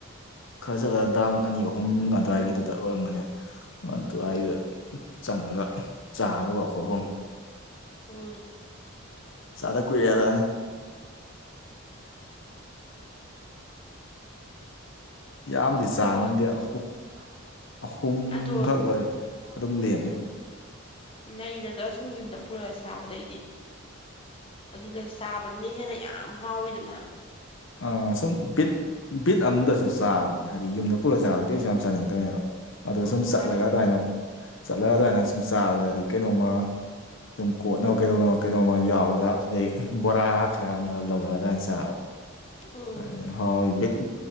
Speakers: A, on the left; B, on the left.
A: ꯈꯔ ꯆꯠꯂꯒ ꯗꯥꯝ ꯑꯅꯤ ꯑꯍꯨꯝ ꯑꯗꯨꯋꯥꯏꯒꯤꯗꯨꯗ ꯑꯣꯏꯔꯝꯒꯅꯤ ꯑꯗꯨꯋꯥꯏꯗꯨꯗ ꯆꯪꯉꯥꯒ ꯆꯔꯨꯕ ꯑꯩꯈꯣꯢ ꯑꯍꯨꯝ
B: ꯎꯝ <unintelligible>
A: ꯆꯥꯗ ꯀꯨꯏꯔꯦ ꯑꯗꯨꯃꯥꯏꯅ꯫ ꯌꯥꯝꯗꯤ
B: ꯍꯣꯏ
A: ꯆꯥ ꯉꯝꯗꯦ ꯑꯍꯨꯝ ꯑꯍꯨꯝꯈꯛꯂ
B: ꯑꯗꯣ
A: ꯑꯗꯨꯝ ꯂꯦꯝꯃꯦ꯫
B: ꯎꯝ ꯂꯩꯔꯒ ꯁꯨꯝ ꯌꯨꯝꯗ ꯄꯨꯔꯛꯑꯒ ꯆꯥꯕꯗꯩꯗꯤ꯫ ꯑꯗꯨꯗ ꯆꯥꯕꯅꯤꯅ ꯍꯦꯟꯅ ꯌꯥꯝ ꯍꯥꯎꯋꯤꯗꯅ꯫
A: ꯑ ꯁꯨꯝ ꯕꯤꯠ꯫ ꯕꯤꯠ ꯑꯃꯗꯁꯨ ꯆꯥꯕꯅꯦ ꯍꯥꯏꯗꯤ ꯌꯨꯝꯗ ꯄꯨꯔꯛꯒ ꯆꯥꯕꯗꯤ ꯀꯩꯁꯨ ꯌꯥꯝ ꯆꯥꯅꯤꯡꯗꯝꯅꯦꯕ꯫ ꯑꯗꯨꯗ
B: ꯎꯝ
A: ꯁꯨꯝ ꯆꯠꯂꯒ
B: ꯆꯥꯅꯤꯡꯗꯦ
A: ꯑꯗꯨꯃꯥꯏꯅ ꯆꯠꯂꯒ ꯑꯗꯨꯃꯥꯏꯅ ꯁꯨꯝ ꯆꯥꯕꯅꯗꯤ ꯀꯩꯅꯣꯝꯃ꯫ ꯁꯨꯝ ꯀꯣꯠꯅꯕ ꯀꯩꯗꯧꯅꯕ ꯀꯩꯗꯧꯅꯕ ꯌꯥꯎꯔꯒ ꯑꯗꯩ ꯕꯣꯔꯥ ꯈꯔ ꯑꯃꯒ ꯂꯧꯔ ꯑꯗꯨꯃꯥꯏ ꯆꯥꯕ꯫
B: ꯎꯝ꯫
A: ꯑꯗꯨ ꯍꯥꯎꯔꯤ ꯕꯤꯠ